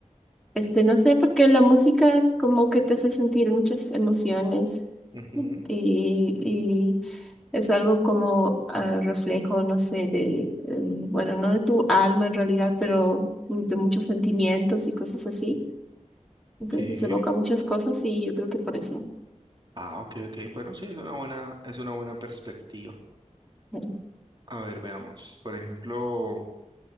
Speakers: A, in the centre; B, on the right (about 35°).
A: este, no sé, porque la música como que te hace sentir muchas emociones.
B: Ujú,
A: y Es algo como ah, reflejo, no sé, de, eh, bueno, no de tu alma en realidad, pero de muchos sentimientos y cosas así. Entonces
B: Sí.
A: evoca muchas cosas y yo creo que por eso.
B: Ah, ok, ok. Bueno, sí, es una buena, es una buena perspectiva.
A: bueno.
B: A ver, veamos. Por ejemplo,